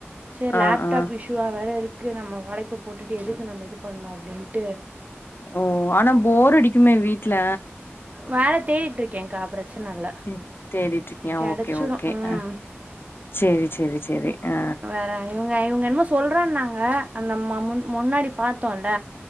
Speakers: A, on the right; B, on the left.
A: சேர்
B: ஆ
A: லேப்டாப்
B: ஆ
A: இஷ்யு துவா வேறருக்கு நம்ம உழைப்ப போட்டுட்டு எதுக்கு நம்ம இது பண்ணோ அப்டின்ட்டு
B: ஓ அனா போர் அடிக்குமே வீட்டுல
A: வேல தேடிட்ருக்கேங்க்கா பிரச்சன இல்ல
B: தே தேடிட்டு இருக்கியா
A: கெடைச்சிடும்.
B: ஓகே ஓகே
A: ம்.
B: அ சேரி சேரி சேரி ஆ
A: அதா இவுங்க இவுங்க என்மோ சொல்றன்னாங்க அந்த மமுன் முன்னாடி பாத்தோல்ல